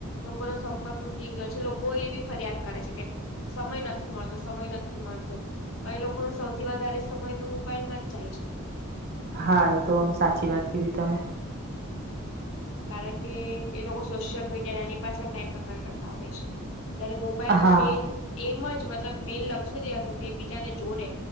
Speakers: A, on the left; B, on the right.
A: લોકો નો સંપર્ક તૂટી ગયો છે લોકો એ બી ફરિયાદ કરે છે કે સમય નથી મળતો સમય નથી મળતો એ લોકોનો સૌથી વધારે સમય તો મોબાઈલમાં જ જાય છે
B: હા એ તો આમ સાચી વાત કીધી તમે
A: કારણ કે એ લોકો સોશિયલ મીડિયા એની પાછળ ટાઈમ કસર કરતા હોય છે ત્યારે મોબાઈલ
B: હા,
A: ન મેન એમ જ મતલબ મેન લક્ષ્ય જ એ હતું કે એકબીજાને જોડે